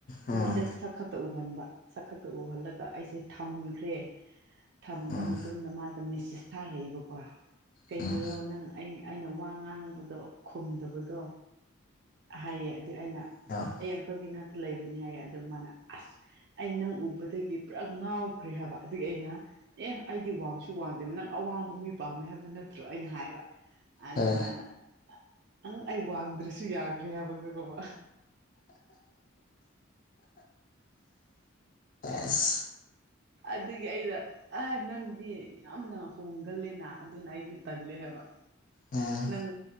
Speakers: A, on the right; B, on the left.
A: ꯑꯗꯨꯝ
B: ꯎꯝ
A: ꯖꯁ ꯁꯛ ꯈꯛꯇ ꯎ ꯃꯟꯕ ꯁꯛ ꯈꯛꯇ ꯎꯍꯜꯂꯒ ꯑꯩꯁꯦ ꯊꯝꯈ꯭ꯔꯦ ꯊꯝꯈ꯭ꯔ
B: ꯎꯝ
A: ꯃꯇꯨꯡꯗ ꯃꯥꯗꯣ ꯃꯦꯁꯦꯁ ꯊꯥꯔꯛꯑꯦꯕꯀꯣ ꯀꯩꯒꯤꯔꯣ
B: ꯎꯝ
A: ꯅꯪ ꯑꯩ ꯑꯩꯅ ꯋꯥ ꯉꯥꯡꯕꯗꯣ ꯈꯨꯝꯗꯕꯗꯣ ꯍꯥꯏꯌꯦ ꯑꯗꯨꯏ ꯑꯩꯅ
B: <unintelligible>
A: ꯑꯩ ꯑꯪꯀꯜꯒꯤ ꯅꯥꯛꯇ ꯂꯩꯕꯅꯤ ꯍꯥꯏꯌꯦ ꯑꯗꯣ ꯃꯥꯅ ꯑꯁ ꯑꯩ ꯅꯪ ꯎꯕꯗꯒꯤ ꯄꯨꯔꯥ ꯉꯥꯎꯈ꯭ꯔꯦ ꯍꯥꯏꯕ ꯑꯗꯨꯒꯤ ꯑꯩꯅ ꯑꯦ ꯑꯩꯗꯤ ꯋꯥꯡꯁꯨ ꯋꯥꯡꯗꯦ ꯅꯪ ꯑꯋꯥꯡꯕ ꯃꯤ ꯄꯥꯝꯃꯦ ꯍꯥꯏꯕ ꯅꯠꯇ꯭ꯔꯣ ꯑꯩꯅ ꯍꯥꯏꯕ ꯑꯗꯨꯃꯥꯅ
B: ꯑꯦ
A: ꯅꯪ ꯑꯩ ꯋꯥꯡꯗ꯭ꯔꯁꯨ ꯌꯥꯈ꯭ꯔꯦ ꯍꯥꯏꯕ ꯈꯪꯒꯕ
B: ꯑꯁ
A: ꯑꯗꯨꯒꯤ ꯑꯩꯅ ꯑ ꯅꯪꯗꯤ ꯌꯥꯝꯅ ꯍꯣꯡꯒꯜꯂꯦꯅ ꯑꯗꯨꯅ ꯑꯩꯗꯤ ꯇꯜꯂꯦ ꯍꯥꯏꯕ
B: ꯎꯝ
A: ꯅꯪ